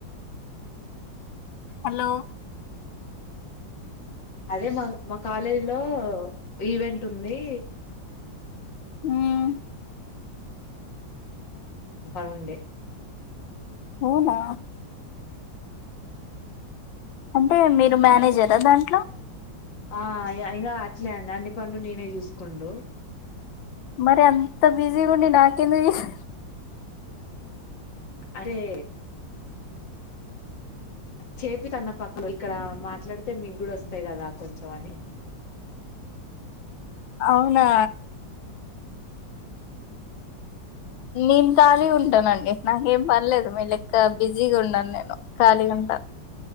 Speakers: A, on the left (about 85°); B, on the left (about 70°).
A: హలో
B: అదే మా మా కాలేజీ లో ఈవెంట్ ఉంది
A: ఉమ్
B: పనుండే
A: అవునా అంటే మీరు మానేజరా దాంట్లో
B: ఆ అయి ఇయినా అట్లే అండి అన్ని పనులు నేనే చూసుకుండు
A: మరి అంత బిజీ గుండి నాకేందుక్
B: అరే చేపిత్తాన్న పక్కన ఇక్కడ మాట్లాడితే మీగ్గు డోస్తయి గదా కొంచెం అని
A: అవునా నేను ఖాళీగుంటనండి నాకేం పనిలేదు మీ లెక్క బిజీగా ఉండను నేను. ఖాళీగుంట